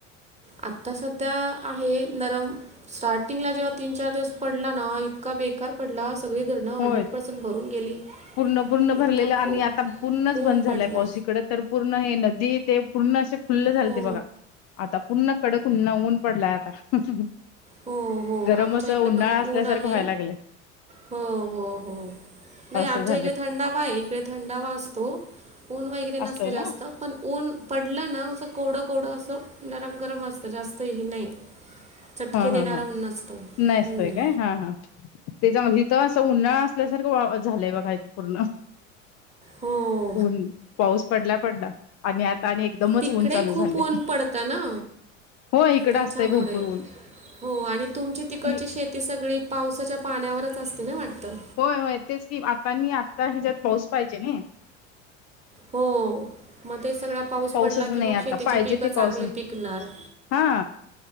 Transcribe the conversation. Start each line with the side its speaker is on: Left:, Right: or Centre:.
Right: आता सध्या आहे नरम स्टार्टिंग ला जेव्हा तीन चार दिवस पडला ना इतका बेकार पडला सगळी दड न
Left: होय
Right: हंड्रेड पर्सेंट भरून गेली
Left: पूर्ण पूर्ण
Right: इतका
Left: भरलेलं आणि
Right: खूप
Left: आता पूर्णच
Right: खूप
Left: बंद झालंय
Right: पडला
Left: पावसकडे तर पूर्ण हे नदी ते पूर्ण अस खुल्ल झाल
Right: हो
Left: ते बघा आता पुूर्ण कडकन नऊन पडलाय आता
Right: हो हो
Left: गरम
Right: आमच्या
Left: असं
Right: इकडे
Left: उन्हाळा
Right: पण
Left: असल्यासारखं
Right: ऊन आहे
Left: व्हायला लागलंय
Right: हो हो हो नाही
Left: असं
Right: आमच्या
Left: झालंय
Right: इकडे थंडावा आहे इकडे थंडावा असतो ऊन वगैरे नसतं
Left: असतोय
Right: जास्त
Left: ना
Right: पण ऊन पडलं ना असं कोवडं कोवडं असं गरम गरम असतं जास्त हे नाही चटके
Left: हा हा
Right: देणारं
Left: हा
Right: ऊन नसतं
Left: नाहीसतय
Right: हम्म.
Left: काय हा हा त्याच्यामध्ये हथ उन्हाळा असल्यासारखं वा झालंय ब काही पूर्ण
Right: हो
Left: ऊन पाऊस पडला पडला आणि आता आणि एकदमच
Right: तिकडे
Left: ऊन चालू
Right: खूप
Left: झाले
Right: ऊन पडतं ना
Left: हो इकडं
Right: त्याच्यामुळे
Left: असतंय भरपूर ऊन
Right: हो आणि तुमची तिकडची
Left: आणि
Right: शेती सगळी पावसाच्या पाण्यावरच असते ना वाटतं
Left: होय होय तेच की आता आणि आता ह्याच्यात पाऊस पाहिजे न
Right: हो मग ते सगळा पाऊस
Left: पाऊसच
Right: पडला
Left: नाही
Right: की मग
Left: आता
Right: शेतीची
Left: पाहिजे
Right: पीक
Left: ते
Right: चांगली
Left: पाऊस नाही
Right: पिकणार
Left: हा